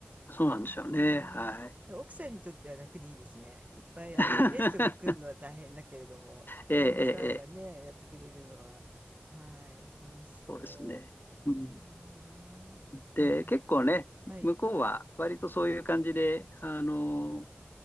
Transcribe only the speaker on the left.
そうなんでしょうね。
はい。
<laughs> ええ、
ええ、ええ
そうですね。うん、
で、
結構ね、
向こうは割とそういう感じで、あの、